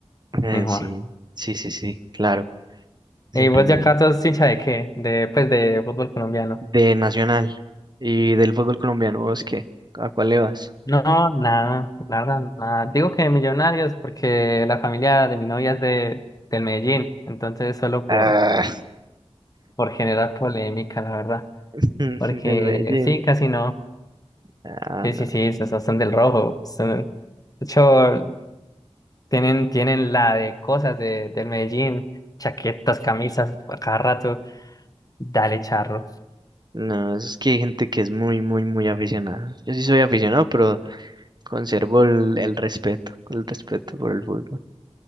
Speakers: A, on the right (about 40°); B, on the left (about 35°).
A: eh,
B: mejor.
A: sí, sí, sí, sí, claro, se
B: ¿Y
A: entiende.
B: vos ya acá sos hincha de qué? De, pues, de fútbol colombiano.
A: De Nacional y del fútbol colombiano, ¿vos qué? ¿A cuál le vas?
B: No, nada, la verdad, nada. Digo que Millonarios porque la familia de mi novia es de, del Medellín, entonces solo por,
A: Ah,
B: por generar polémica, la verdad.
A: <laughs>
B: Porque
A: del Medellín.
B: sí, casi no.
A: Ah,
B: Sí,
A: no.
B: sí, sí, son, son del rojo. son- de hecho, tienen, tienen la de cosas de, del Medellín, chaquetas, camisas, a cada rato. Dale, charro.
A: No, es que hay gente que es muy, muy, muy aficionada. Yo sí soy aficionado, pero Conservo el, el respeto, el respeto por el fútbol.